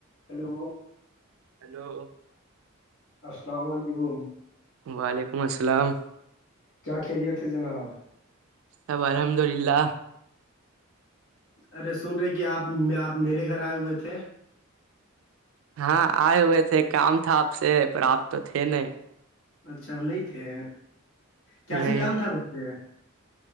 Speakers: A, on the left; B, on the right.
A: Hello
B: hello
A: السلام علیکم
B: وعلیکم السلام
A: کیا خیریت ہے جناب
B: سب الحمد للہ
A: ارے سن رہے کہ آپ آپ میرے گھر آئے ہوئے تھے
B: ہاں آئے ہوئے تھے کام تھا آپ سے پر آپ تو تھے نہیں
A: اچھا ہم نہیں تھے کیا
B: نہیں
A: کام تھا ویسے